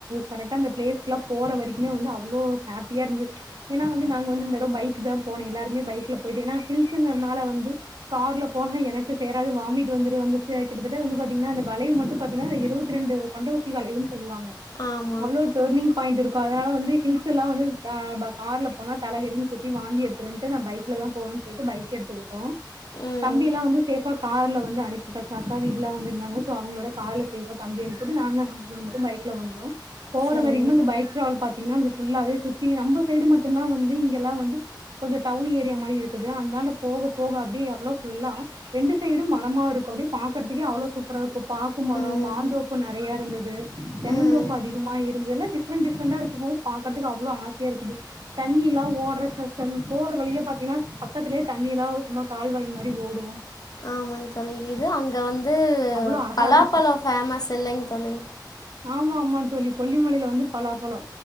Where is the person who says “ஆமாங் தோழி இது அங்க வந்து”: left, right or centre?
Left